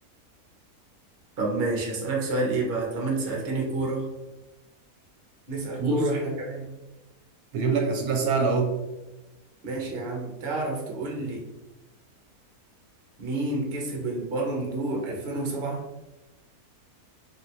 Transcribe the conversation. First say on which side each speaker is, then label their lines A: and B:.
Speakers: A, on the right; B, on the right.
A: طب ماشي هسألك سؤال إيه بقى طالما أنت سألتني كورة نسأل
B: بص
A: كورة احنا كمان
B: بجيب لك اسئله سهله اهو
A: ماشي يا عم تعرف تقول لي مين كسب البالون دور 2007؟